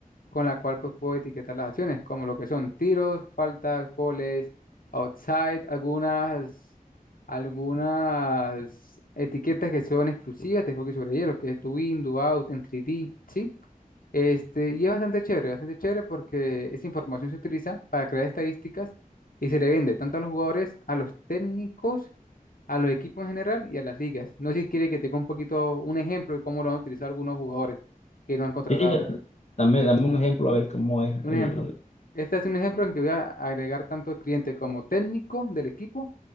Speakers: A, on the left; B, on the left.
A: con la cual pues puedo etiquetar las acciones, como lo que son tiros, faltas, goles, outside, algunas, algunas etiquetas que son exclusivas de hockey sobre hielo, que es do in, do out, en 3D, ¿sí? Este, y es bastante chévere, bastante chévere porque esa información se utiliza para crear estadísticas y se le vende tanto a los jugadores, a los técnicos, a los equipos en general y a las ligas. No sé si quiere que te dé un poquito un ejemplo de cómo lo han utilizado algunos jugadores que no han contratado.
B: Sí, sí, da- dame, dame un ejemplo a ver cómo es
A: Un
B: el...
A: ejemplo. Este es un ejemplo en que voy a agregar tanto cliente como técnico del equipo